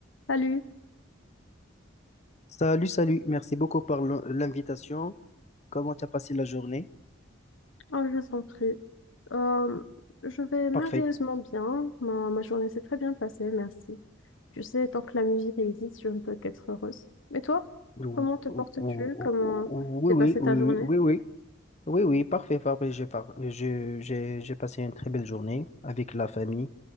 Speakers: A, on the left (about 80°); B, on the left (about 35°).
A: Salut,
B: Salut, salut. Merci beaucoup pour l'in- l'invitation. Comment tu as passé la journée?
A: oh, je t'en prie. Euh, je vais merveilleusement
B: Parfait.
A: bien. Ma, ma journée s'est très bien passée, merci. Tu sais, tant que la musique existe, je ne peux qu'être heureuse. Et toi,
B: Ou-
A: comment te
B: ou-
A: portes-tu?
B: ou- ou-
A: Comment
B: ou- Oui,
A: t'es
B: oui,
A: passée
B: oui,
A: ta journée?
B: oui, oui, oui, oui, oui, parfait, parfait. J'ai par- je- j'ai j'ai passé une très belle journée avec la famille.